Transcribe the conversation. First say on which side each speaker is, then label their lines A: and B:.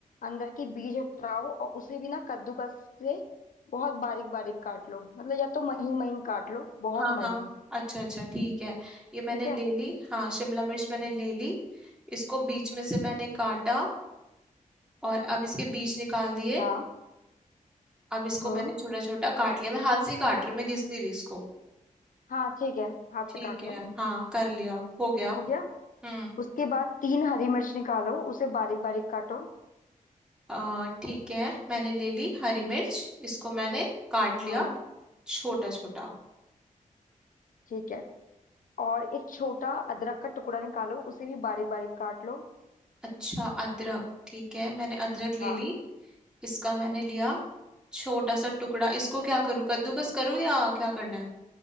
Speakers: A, on the left; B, in the centre.
A: अंदर की बीज हटाओ और उसे भी ना कद्दूकस से बहुत बारीक बारीक काट लो मतलब या तो महीन महीन काट लो बहुत
B: हाँ
A: महीन
B: हाँ अच्छा अच्छा ठीक है ये मैंने
A: ठीक है
B: ले ली हाँ शिमला मिर्च मैंने ले ली इसको बीच में से मैंने काटा और अब इसके बीज निकाल दिए
A: हाँ
B: अब इसको
A: हम्म
B: मैंने छोटा छोटा काट लिया मैं हाथ से ही काट रही हूँ मैं घिस नहीं रही इसको
A: हाँ ठीक है हाथ
B: ठीक
A: से काट
B: है
A: लो
B: हाँ कर लिया हो गया
A: हो गया
B: हम्म
A: उसके बाद तीन हरी मिर्च निकालो उसे बारीक बारीक काटो
B: अ, ठीक है मैंने ले ली हरी मिर्च इसको मैंने काट
A: हम्म
B: लिया छोटा छोटा
A: ठीक है और एक छोटा अदरक का टुकड़ा निकालो उसे भी बारीक बारीक काट लो
B: अच्छा अदरक ठीक है मैंने अदरक ले
A: हाँ
B: ली इसका मैंने लिया छोटा सा टुकड़ा इसको क्या करूँ कद्दूकस करूँ या क्या करना है